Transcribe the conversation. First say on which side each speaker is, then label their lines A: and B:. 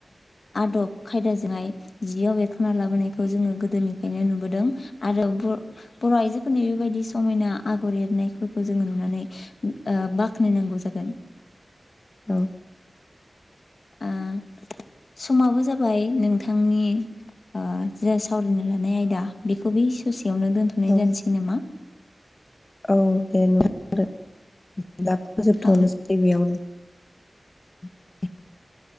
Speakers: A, on the left (about 65°); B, on the left (about 40°).
A: आदब खायदाजोंहाय जियाव बेरखांा लाबोनायखौ जोङो गोदोनिफ्रायनो नुबोदों आरो बर' आइजोफोरनि बेबायदि समायना आगर एरनायखौ खौ जोङो नुनानै बाख्नायनांगौ जागोन
B: औ <inaudible>
A: ओ समाबो जाबाय नोंथांनि ओ जा सावरायनो लानाय आयदा बेखौ बे ससेयावनो दोनथ'नाय
B: औ
A: जानोसै नामा?
B: औ दे न आरो दा फोजोबथ'नोसैै
A: औ
B: बेयावनो। <inaudible>